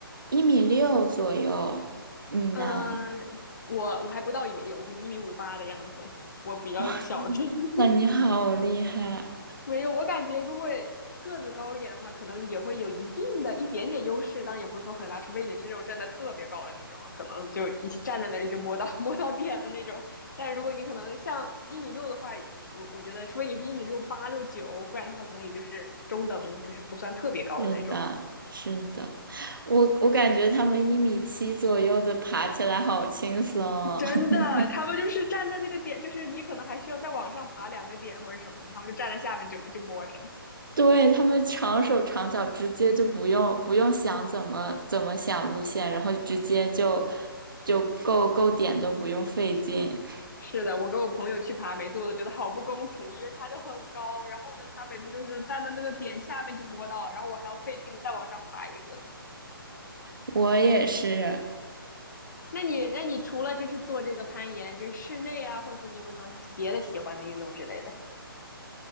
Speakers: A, on the right (about 60°); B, on the left (about 50°).
A: 一米六左右，你呢？
B: 嗯、呃我我还不到一米六，我可能一米五八的样子，我比较小只。
A: 哇，
B: <laughs>
A: 那你好厉害，
B: 没有，我感觉如果个子高一点的话，可能也会有一定的一点点优势，当然也不是说很大，除非你是那种真的特别高的那种，可能就一站在那里就摸到 <laughs> 摸到点了那种。但如果你可能像一米六的话，我我觉得，除非你是一米六八六九，不然的话，可能也就是中等，就是不算特别高的那种吧。
A: 是的，是的，我我感觉他们一米七左右的爬起来好轻松哦
B: 真的，
A: <laughs>
B: 他们就是站在那个点，就是你可能还需要再往上爬两个点或者什么的，他们就站在下面就就摸着了。
A: 对，他们长手长脚，直接就不用不用想怎么怎么想路线，然后直接就就够够点都不用费劲。<laughs>
B: 是的，我跟我朋友去爬，每次我都觉得好不公平，因为它就很高，然后呢，他每次就是站在那个点下面就摸到了，然后我还要费劲再往上爬一个。
A: 我也是，
B: 那你，那你除了就是做这个攀岩，就是室内啊，或者说你有没有什么别的喜欢的运动之类的，